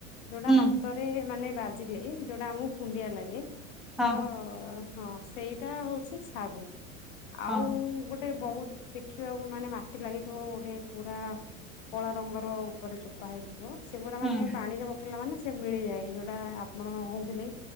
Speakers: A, on the left; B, in the centre.
A: ଯୋଉଟା
B: ହୁଁ
A: ହାତରେ ମାନେ ବାଜିଲେ ଯୋଉଟା ଆମକୁ କୁଣ୍ଡିଆ ଲାଗେ,
B: ହଁ
A: ତ ହଁ ସେଇଟା ହଉଛି ସାରୁ, ଆଉ
B: ହଁ
A: ଗୋଟେ ବହୁ ଦେଖିବାକୁ ମାନେ ମାଟି ଲାଗିଥିବ, ଗୋଟେ ପୁରା କଳା ରଙ୍ଗ ର ଉପରେ ଚୋପା ହେଇଥିବ। ସେ ପୁରା
B: ହୁଁ
A: ମାନେ ପାଣିରେ ପକେଇଲା ମାନେ ସେ ମିଳିଯାଏ ଯୋଉଟା ଆପଣ କହୁଥିଲେ।